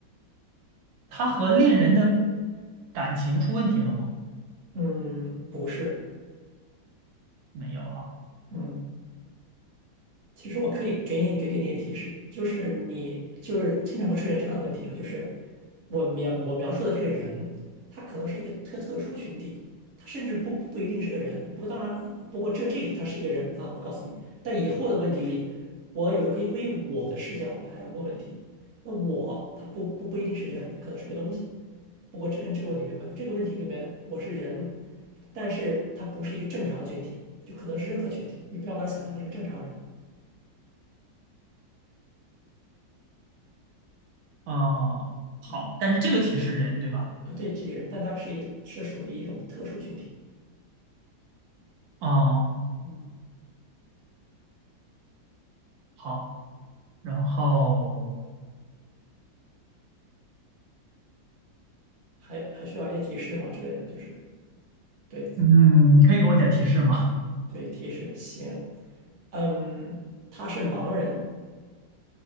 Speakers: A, on the right; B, on the right.
A: 他和恋人的感情出问题了吗？
B: 嗯，不是，
A: 没有哈。
B: 嗯，其实我可以给你给给你点提示，就是你就是经常会出现这样的问题啊，就是我描我描述的这个人，他可能是一个特特殊群体，他甚至不不不一定是个人，不过当然，不过这这一题他是一个人啊，我告诉你，但以后的问题里，我有时候可以会以我的视角来问问题，那我他不不不一定是人，可能是个东西，不过这跟这个问题没关系，这个问题里面我是人，但是他不是一个正常的群体，就可能是任何群体，你不要把它想象成一个正常人，
A: 哦、好，
B: 嗯，
A: 但是这个题是人，对吧？
B: 啊对，集体人，但他是一个是属于一种特殊群体，
A: 哦、
B: 嗯，
A: 好，然后，
B: 还还需要一些提示吗之类的，就是对
A: 嗯，可以给我点提示吗？
B: 对提示行，嗯，他是盲人，